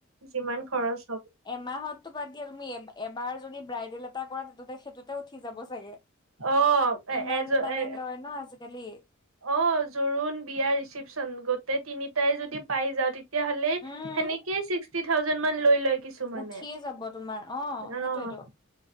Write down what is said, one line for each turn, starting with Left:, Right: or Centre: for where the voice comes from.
Right: যিমান খৰচ হক
Left: এমাহততো বাদ দিয়া তুমি এ এবাৰ যদি ব্ৰাইডেল এটা কৰা তে সেইটোতে উঠি যাব চাগে।
Right: অ', এ
Left: ইমান
Right: এজ
Left: মানে
Right: এ
Left: লয় ন আজিকালি।
Right: অ জোৰোণ, বিয়া, ৰিচিপ্যন গোটেই তিনিটাই যদি পাই যাও তে তিয়া হ'লে
Left: উম
Right: সেনেকেই ছিক্সটি থাউজেণ্ড মান লৈ লয়। কিছুমানে
Left: উঠিয়ে যাব তোমাৰ অ
Right: অ'।
Left: সেইটোৱেটো।